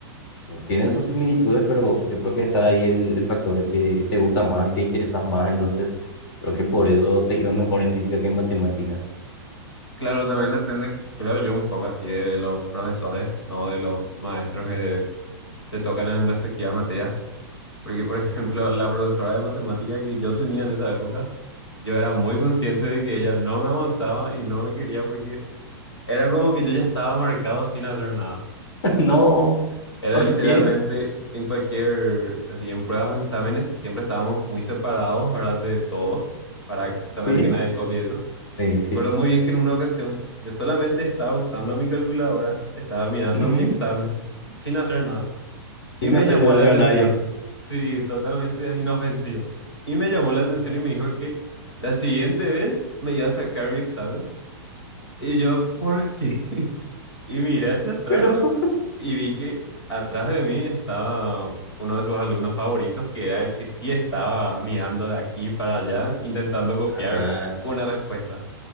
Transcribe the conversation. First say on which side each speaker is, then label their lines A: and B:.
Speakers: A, on the left; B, on the left.
A: Tipo, Tienen sus similitudes, pero yo creo que está ahí el, el factor de que te gusta más y te interesas más, entonces creo que por eso te iba mejor en física que en matemática.
B: Claro, también depende, creo yo, un poco así de los profesores, no de los maestros que te tocan en respectivas materias. Porque, por <laughs> ejemplo, la profesora de matemática que yo tenía en esa época, yo era muy consciente de que ella no me aguantaba y no me quería porque era como que yo ya estaba marcado sin hacer nada.
A: <laughs> No,
B: Era
A: ¿por
B: literalmente
A: qué?
B: en cualquier, así, en pruebas o exámenes, siempre estábamos muy separados, ¿verdad? De todos, para también
A: Sí,
B: que nadie copie eso.
A: sí,
B: Recuerdo
A: sí.
B: muy bien que en una ocasión yo solamente estaba usando mi calculadora, estaba mirando
A: ujú,
B: mi examen sin hacer nada y
A: Sin
B: me
A: hacerle
B: llamó
A: daño
B: la atención.
A: a nadie,
B: Sí, totalmente inofensivo. Y me llamó la atención y me dijo que la siguiente vez me iba a sacar mi examen. Y yo, ¿por qué? <laughs> Y miré hacia atrás
A: pero <laughs>
B: y vi que atrás de mí estaba uno de sus alumnos favoritos, que era el que sí estaba mirando de aquí para allá, intentando copiar
A: ah,
B: una respuesta.